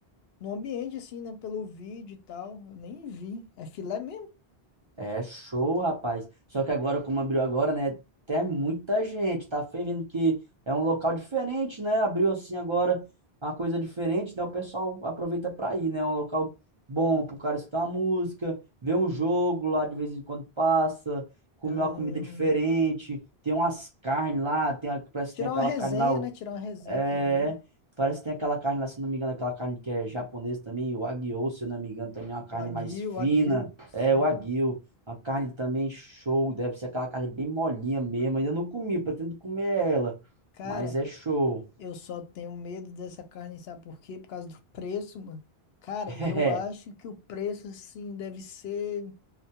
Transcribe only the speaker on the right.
É show, rapaz. Só que agora, como abriu agora, né? Tem muita gente. Tá fervendo que é um local diferente, né? Abriu assim agora uma coisa diferente, né? O pessoal aproveita pra ir, né? É um local bom pro cara escutar uma música, ver um jogo lá de vez em quando passa, comer
uma comida diferente. Tem umas carnes lá, tem, uma- parece
que tem aquela
carne lá,
é,
parece que tem aquela carne lá, se eu não me engano, aquela carne que é japonesa também, o Wagyu, se eu não me engano, também é uma carne
mais fina.
É, o Wagyu, uma carne também show, deve ser aquela carne bem molinha mesmo. Ainda não comi, pretendo comer ela,
mas é show.
<laughs>